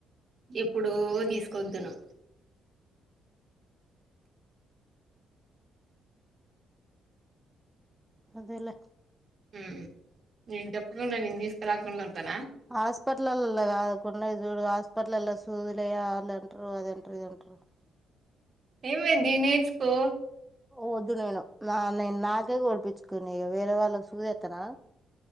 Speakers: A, on the right; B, in the centre.
A: ఎప్పుడో దీస్ కొద్దును
B: అదెలే
A: ఉమ్ నేను చెప్పకుండా నేను తీసుకురాకుండా ఉంటానా
B: హాస్పిటలల్ల కాదు కొన్నయ్ చూడు హాస్పిటలల్ల సూదులయ ఆళ్ళంట్రు అదే ట్రు ఇదంట్రు
A: ఏమైద్ది నేర్చుకో
B: వద్దు నేను నా నేను నాకే కొనిపించు కునే ఇగ వేరే వాళ్ళక్ సూదేత్తనా